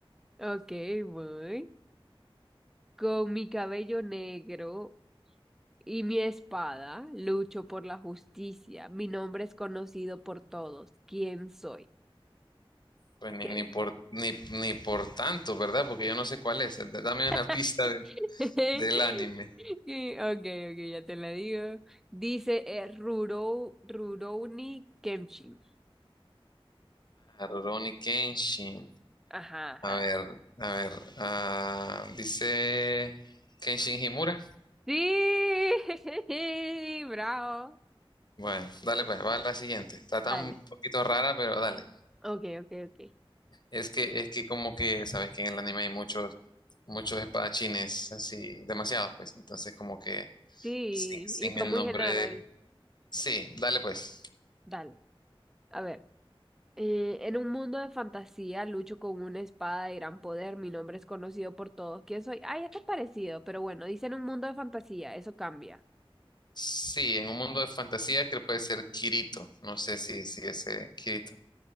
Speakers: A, in the centre; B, on the left.
A: Ok, voy. Con mi cabello negro y mi espada lucho por la justicia. Mi nombre es conocido por todos. ¿Quién soy?
B: Pues ni,
A: ¿Qué?
B: ni por ni, ni por tanto, ¿verdad? Porque yo no sé cuál es. Dame
A: <laughs>
B: una pista de- del anime.
A: Y- Ok, ok, ya te la digo. Dice eh, Ruro- Rurouni Kenshin.
B: Ah, Rurouni Kenshin.
A: Ajá, ajá.
B: A ver, a ver. ah, dice Kenshin Himura.
A: Sí, <laughs> bravo.
B: Bueno, dale pues, va a la siguiente. Está
A: Dale.
B: tan un poquito rara, pero dale.
A: Ok, ok, ok.
B: Es que, es que como que, sabes que en el anime hay muchos, muchos espadachines, así, demasiados, pues. Entonces, como que
A: Sí,
B: sin, sin
A: y fue
B: el
A: muy
B: nombre.
A: general.
B: Sí, dale pues.
A: Dale, a ver. Eh, en un mundo de fantasía, lucho con una espada de gran poder. Mi nombre es conocido por todos. ¿Quién soy? Ay, este es parecido, pero bueno, dice en un mundo de fantasía, eso cambia.
B: Sí, en un mundo de fantasía creo que puede ser Kirito. No sé si, si ese Kirito.